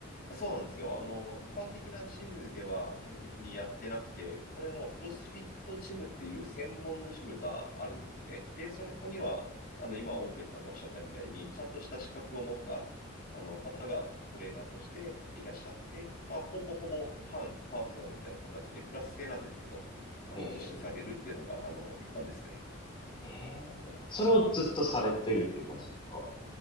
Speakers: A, on the left; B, on the left.
A: そうなんですよ。あの、一般的なジムでは基本的にやってなくて、これもクロスフィットジムっていう専門のジムがあるんですね。で、それここには、あの、今、オーケーさんがおっしゃったみたいに、ちゃんとした資格を持った、あの、方がトレーナーとしていらっしゃって、まあ、ほぼほぼ半パーソナルみたいな形でクラス制なんですけど、あの、
B: ええ、
A: 実施されるっていうのが、あの、一般ですね。
B: ええ、それをずっとされてるっていう感じですか